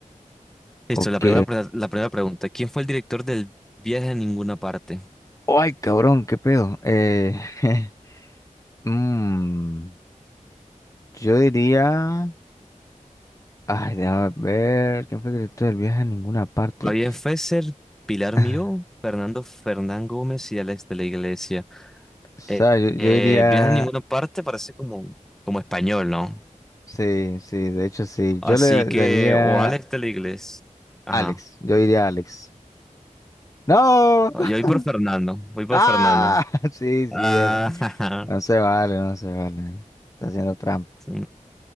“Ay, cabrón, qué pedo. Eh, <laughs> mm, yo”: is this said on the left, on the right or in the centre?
Left